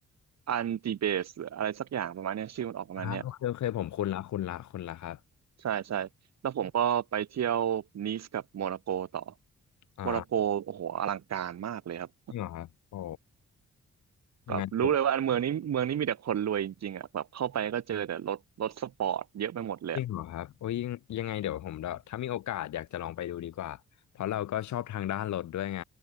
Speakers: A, on the right (about 50°); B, on the left (about 60°).
A: อันติเบสหรืออะไรสักอย่างประมาณเนี้ยชื่อมันออกประมาณเนี้ย
B: อ่าโอเคโอเคผมคุณละคุณละคุณละครับ
A: ใช่ใช่แล้วผมก็ไปเที่ยวนีสกับโมร็อกโกต่อ
B: อ่า
A: โมร็อกโกโอ้โหอลังการมากเลยครับ
B: จริงเหรอครับโอ้
A: แบบรู้เลยว่าอันเมืองนี้เมืองนี้มีแต่คนรวยจริงๆอ่ะแบบเข้าไปก็เจอแต่รถรถสปอร์ตเยอะไปหมดเลยอะ
B: งั้นเดี๋ยวแบบจริงเหรอครับโอ้ยยังยังไงเดี๋ยวผมเดี๋ยวถ้ามีโอกาสอยากจะลองไปดูดีกว่าเพราะเราก็ชอบทางด้านรถด้วยไง